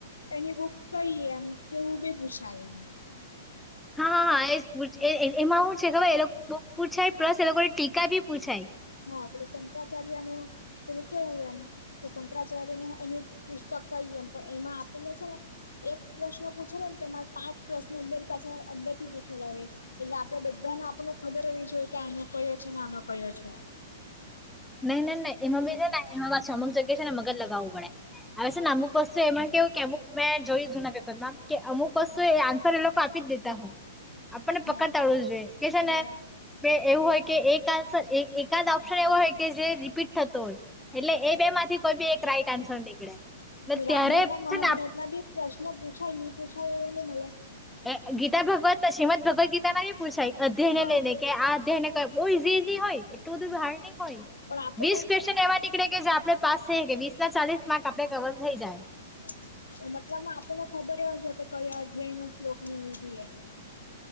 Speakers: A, on the left; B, in the centre.
A: એની બુક કઈ એમ તેવું બી પૂછાય એમ
B: હા હા એ જ પૂ એમાં હું છે ખબર એ લોકો ની બહ પૂછાય પ્લસ એ લોકોની ટીકા બી પૂછાય
A: હા પલો શંકરાચાર્ય નું પેલું કેવું એમ કે શંકરાચાર્ય ને એની પુસ્તક ક એમ પણ એમાં આપણને છે ને એક પ્રશ્ન પૂછેલો ને તેમાં પાંચ પ્રશ્ન અંદર પાછળ અંદરથી પૂછેલા હોયએ એટલે આપડે બધાને આપણને ખબર હોવી જોઈએ કે આનો કયો છે ને આનો કયો છે
B: નહી ન ન એમાં બી છે ને એમાં પાછ અમુક જગ્યા છે ને મગજ લગાવવું પેડે આવે છે ને અમુક વસ્તુ એમાં કેવું કે અમુક મેં જોય છુ ના પેપર માં કે અમક કશુ એ આન્સર એ લોકો આપી જ દેતા હોય આપણને
A: હા
B: પકડતા આવડવું જોઈએ કે છેને
A: હોય એમ
B: કે એવું હોય કે એક આન્સર એ-એકાદ ઓપ્શન એવો હોય કે, જે રિપીટ થતો હોય એટલે
A: હા
B: એ બેમાંથી કોઈ બી એક રાઈટ આન્સર નીકળે. એટલે
A: રામયણના
B: ત્યારે છે
A: મહાભારતના
B: ને
A: બી પ્રશ્ન પૂછાય. નહી પૂછાય એવુ નહી મલે.
B: અ એ ગીતા ભગવત શ્રીમદ ભગવત્ ગીતાના ભી પૂછાય અધ્યાયને
A: હા
B: લઈને. કે આ અધ્યાયને ક બઉ ઇઝી ઇઝી હોય. એટલું બધું
A: હા
B: હાર્ડ નય હોય.
A: પણ આપણને
B: વીસ ક્વેશ્ન એવા નીકળે કે જે આપણે પાસ છે કે વીસના ચાલીસ માર્ક આપડે કવર થઈ જાય.
A: હા મતલબ આપણને ખબર હોવું કે કયા અધ્યાયનો શ્લોક એવું ઉભી એમ.